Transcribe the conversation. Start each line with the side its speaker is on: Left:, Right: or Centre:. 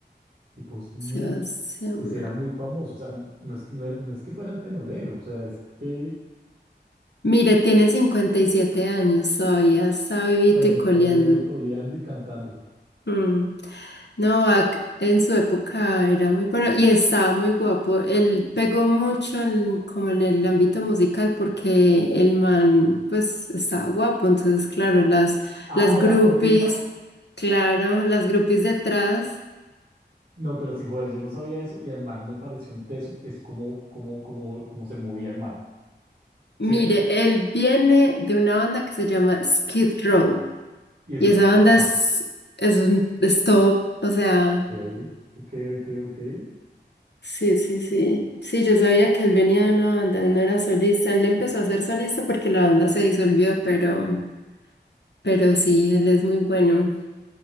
Right: Tipo, es muy,
Left: Sebastián.
Right: pues era muy famoso, o sea, no es que, no era- no es que fuera el tenolero, o sea, es que
Left: Mire, tiene 57 años todavía, está vivito
Right: había
Left: y
Right: estado
Left: coleando.
Right: coleando y cantando.
Left: Mm. Novak en su época era muy bueno y estaba muy guapo. Él pegó mucho en- como en el ámbito musical porque el man pues estaba guapo. Entonces, claro, las,
Right: Ah,
Left: las
Right: era
Left: groupies,
Right: por Pink
Left: claro, las groupies detrás.
Right: No, pero sin joder, yo no sabía eso y al man me pareció un teso, es como, como, como, como se movía el man.
Left: Mire,
Right: ¿Sí me entiendes?
Left: él viene de una banda que se llama Skid Row
Right: Y ese
Left: y
Right: es
Left: esa
Right: como
Left: banda
Right: el tema.
Left: es, es un es top, o sea...
Right: Ok, ok, ok, ok.
Left: Sí, sí, sí. Sí, yo sabía que él venía de una banda, él no era solista. Él empezó a ser solista porque la banda se disolvió, pero, pero sí, él es muy bueno.